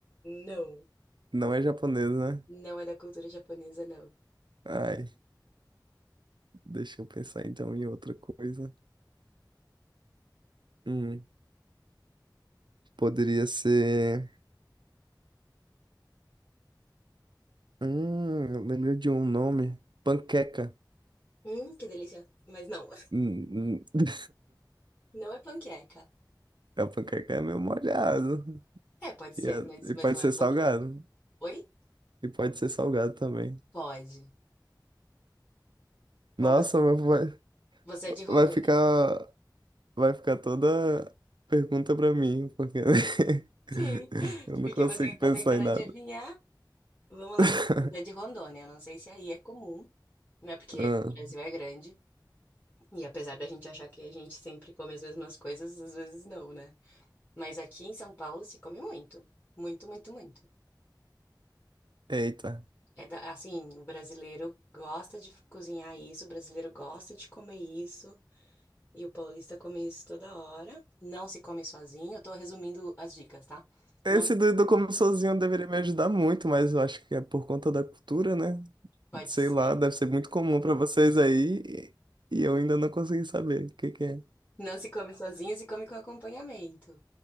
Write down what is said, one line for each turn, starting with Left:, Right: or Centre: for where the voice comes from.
Left: Não,
Right: Não é japonês, né?
Left: não é da cultura japonesa, não.
Right: Ai, deixa eu pensar então em outra coisa. Hum, poderia ser. Hum, eu lembrei de um nome. Panqueca.
Left: Hum, que delícia. Mas não,
Right: Hum, hum,
Left: <laughs> não é panqueca.
Right: A panqueca é meio molhado.
Left: É, pode ser,
Right: E, é-
Left: mas, mas
Right: e pode
Left: não é
Right: ser
Left: panqueca.
Right: salgado.
Left: Oi?
Right: E pode ser salgado também.
Left: Pode. Bom,
Right: Nossa,
Left: você,
Right: mas vai,
Left: você é de Rondônia.
Right: vai ficar, vai ficar toda pergunta pra mim, porque <laughs>
Left: Sim, <laughs>
Right: eu não
Left: porque
Right: consigo
Left: você está
Right: pensar
Left: tentando
Right: em nada.
Left: adivinhar. Vamos lá.
Right: <laughs>
Left: Você é de Rondônia, eu não sei se aí é comum, né? Porque
Right: Ah,
Left: o Brasil é grande e apesar da gente achar que a gente sempre come as mesmas coisas, às vezes não, né? Mas aqui em São Paulo se come muito, muito, muito, muito.
Right: Eita.
Left: É da- assim, o brasileiro gosta de cozinhar isso, o brasileiro gosta de comer isso e o paulista come isso toda hora. Não se come sozinho. Eu tô resumindo as dicas, tá?
Right: Esse
Left: Não se-
Right: do, do como sozinho deveria me ajudar muito, mas eu acho que é por conta da cultura, né?
Left: pode
Right: Sei
Left: ser
Right: lá, deve ser muito comum pra vocês aí e, e eu ainda não consegui saber o que que é.
Left: Não se come sozinho, se come com acompanhamento.